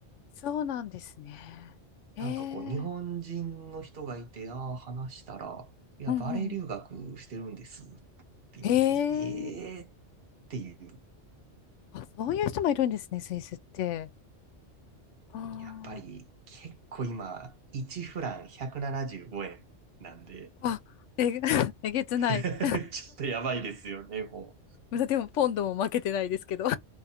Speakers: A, on the left (about 75°); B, on the right (about 55°).
A: そうなんですね。ええ
B: なんかこう、日本人の人がいて、ああ、話したら、いや、
A: うんうん。
B: バレエ留学してるんですって言われて、
A: ええ
B: ええっていう。
A: あ、そういう人もいるんですね、スイスって。あ
B: やっぱり結構今、1フラン175円ななじゅうごえんなんで、
A: あ、あ、え、<laughs> えげつない。
B: <laughs>
A: <laughs>
B: ちょっとやばいですよね、も
A: でも、ポンドも負けてないですけど。<laughs> い